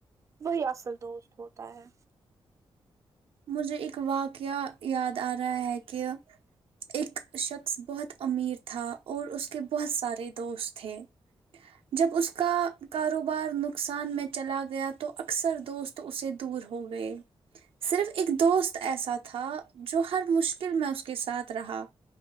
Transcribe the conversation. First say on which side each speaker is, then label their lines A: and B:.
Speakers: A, on the right; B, on the right.
A: وہی اصل دوست ہوتا ہے
B: مجھے ایک واقعہ یاد آ رہا ہے کہ ایک شخص بہت امیر تھا اور اس کے بہت سارے دوست تھے جب اس کا کاروبار نقصان میں چلا گیا تو اکثر دوست اسے دور ہو گئے صرف اک دوست ایسا تھا جو ہر مشکل میں اس کے ساتھ رہا